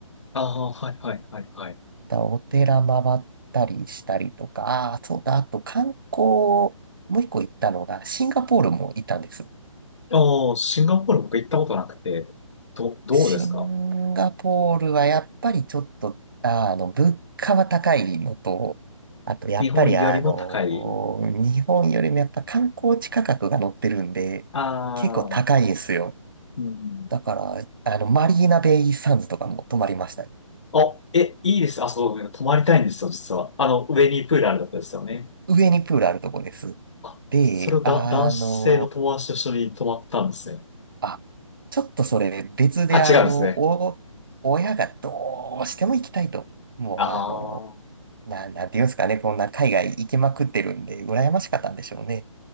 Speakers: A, on the left; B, on the right.
A: ああ、はい、はい、はい、はい。
B: だお寺回ったりしたりとか、ああ、そうだ、あと観光、もう一個行ったのが、シンガポールも行ったんです。
A: ああ、シンガポール僕行ったことなくて、ど、どうですか
B: シンガポールはやっぱりちょっと、あーあの、物価は高いのと、あとやっぱりあの、
A: 日本よりも高い。
B: 日本よりもやっぱ観光地価格が乗ってるんで、
A: ああ、
B: 結構高いんですよ。
A: うん。
B: だから、あの、マリーナベイサンズとかも泊まりましたね
A: お、え、いいです。あ、そう、泊まりたいんですよ、実は。あの、上にプールあるとこですよね。
B: 上にプールあるとこです。
A: あ、
B: で、
A: それをだ、
B: あの、
A: 男性の友達と一緒に泊まったんですね。
B: あ、ちょっとそれ別であの、
A: あ、違うんですね。
B: お、親がどうしても行きたいと。もうあの、
A: ああ、は
B: な、なんていうんですかね、こんな海外行きまくってるんで、羨ましかったんでしょうね。